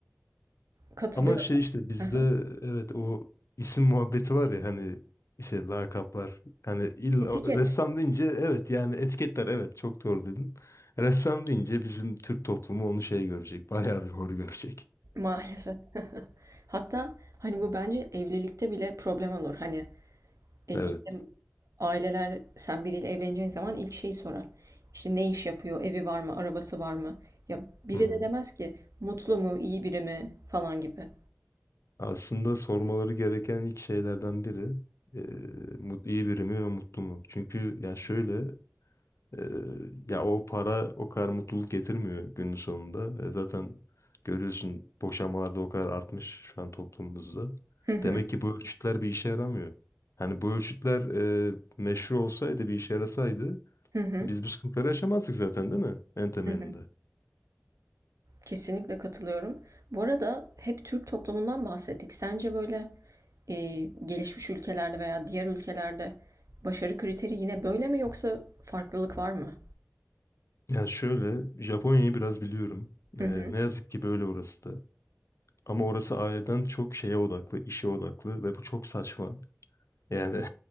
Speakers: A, on the right (about 80°); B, on the left (about 65°).
A: Katılıyorum.
B: Ama şey işte bizde
A: Hı hı.
B: evet o isim muhabbeti var ya hani işte lakaplar hani illa
A: Etiket
B: ressam deyince evet yani etiketler evet çok doğru dedin. Ressam deyince bizim Türk toplumu onu şey görecek bayağı bir hor görecek.
A: maalesef. <laughs> Hatta hani bu bence evlilikte bile problem olur. Hani e,
B: Evet.
A: diyelim aileler sen biriyle evleneceğin zaman ilk şeyi sorar. İşte ne iş yapıyor, evi var mı, arabası var mı? Ya biri
B: Hı hı.
A: de demez ki mutlu mu, iyi biri mi falan gibi.
B: Aslında sormaları gereken ilk şeylerden biri e, mut- iyi biri mi ve mutlu mu? Çünkü ya şöyle e, ya o para o kadar mutluluk getirmiyor günün sonunda. E, zaten görüyorsun boşanmalar o kadar artmış şu an toplumumuzda.
A: Hı hı,
B: Demek ki bu ölçütler bir işe yaramıyor. Hani bu ölçütler e, meşru olsaydı bir işe yarasaydı
A: hı hı,
B: biz bu sıkıntıları yaşamazdık zaten değil mi? En temelinde.
A: hı hı. Kesinlikle katılıyorum. Bu arada hep Türk toplumundan bahsettik. Sence böyle e, gelişmiş ülkelerde veya diğer ülkelerde başarı kriteri yine böyle mi yoksa farklılık var mı?
B: Yani şöyle Japonya'yı biraz biliyorum.
A: Hı
B: E,
A: hı.
B: ne yazık ki böyle orası da. Ama orası aileden çok şeye odaklı, işe odaklı ve bu çok saçma. Yani